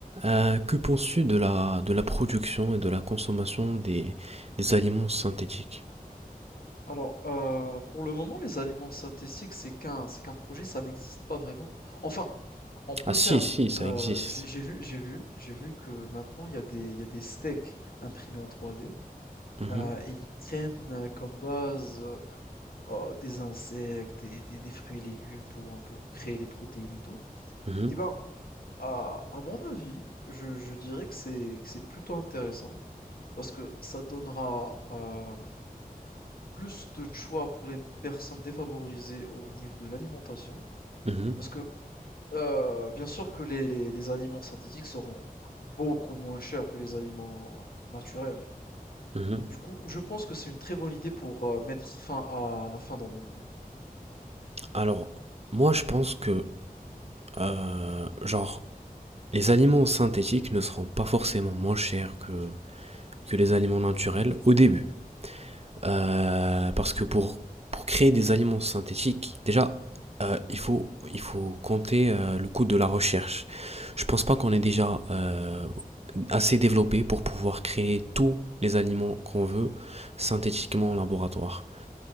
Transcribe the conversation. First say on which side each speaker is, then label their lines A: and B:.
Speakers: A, on the right (about 45°); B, on the left (about 75°).
A: Euh, que penses-tu de la, de la production et de la consommation des, des aliments synthétiques?
B: Alors, heu, pour le moment, les aliments synthétiques, c'est qu'un c'est qu'un projet, ça n'existe pas vraiment. Enfin, on peut
A: Ah si,
B: faire,
A: si, ça
B: heu,
A: existe.
B: j'ai j'ai vu j'ai vu j'ai vu que maintenant il y a des il y a des steaks imprimés en 3D,
A: Mhm,
B: heu, et ils prennent, heu, comme base, heu heu, des insectes, des des des fruits et légumes pour, pour créer les protéines et tout.
A: mhm,
B: Et ben, à à mon avis, je je dirais que c'est que c'est plutôt intéressant parce que ça donnera, hem Plus de choix pour les personnes défavorisées au niveau de l'alimentation,
A: mhm,
B: parce que, heu, bien sûr que les les les aliments synthétiques seront beaucoup moins chers que les aliments naturels.
A: mhm.
B: Du coup, je pense que c'est une très bonne idée pour, heu, mettre fin à la faim dans le monde.
A: Alors, moi je pense que, euh, genre, les aliments synthétiques ne seront pas forcément moins chers que, que les aliments naturels au début. Euh, parce que pour, pour créer des aliments synthétiques, déjà, euh, il faut, il faut compter euh, le coût de la recherche. Je pense pas qu'on est déjà euh, assez développé pour pouvoir créer tous les aliments qu'on veut synthétiquement en laboratoire.